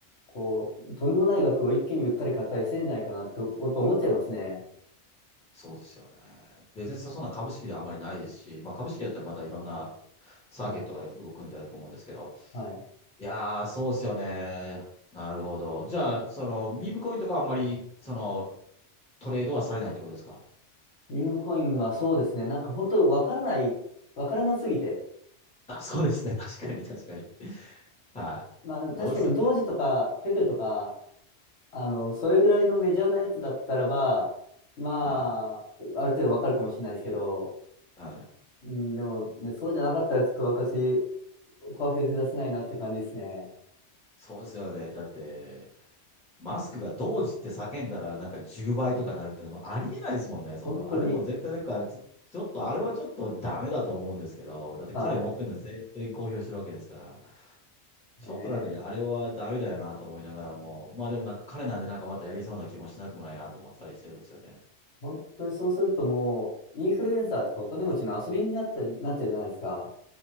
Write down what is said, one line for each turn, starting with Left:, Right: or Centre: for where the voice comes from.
Left: こう、とんでもない額を一気に売ったり買ったりしてんじゃないかなってやっぱ思っちゃいますね。
Centre: うんそうですよね。で、で、そそんな株式ではあまりないですし、まあ、株式だったらまたいろんなサーキットが動くんだと思うんですけど、
Left: はい。はい。
Centre: いやー、そうですよね。なるほど。じゃあ、その、ミームコインとかはあんまり、その、トレードはされないってことですか
Left: ビームコインはそうですね。なんか本当わからない、わからなすぎて。
Centre: <laughs> あ、そうですね。<laughs> 確かに、確かに。は
Left: まあ確かにドージとかペペとか、
Centre: い。そうですよね。
Left: あの、それぐらいのメジャーなやつだったらば、まあ、
Centre: は
Left: ある程度わかるかもしれないですけど、
Centre: い。はい。
Left: うん、でもね、そうじゃなかったらちょっと私、怖くて手出せないなって感じですね。
Centre: そうですよね。だって、マスクがどうって叫んだら、なんか10倍とかなるっていうのはありえないですもんね、その、
Left: 本当に。
Centre: あれも絶対なんか、ちょちょっと、あれはちょっとダメだと思うんですけど、だって彼持ってるの全然公表してるわけですから、
Left: はい。
Centre: ちょっとなんか、
Left: ねえ。
Centre: いやあれはダメだよなと思いながらも、まあでもなんか彼なんでなんかまたやりそうな気もしなくもないなと思ってたりしてるんですよね。
Left: 本当にそうするともう、インフルエンサーとかお金持ちの遊びになった、なっちゃうじゃないですか。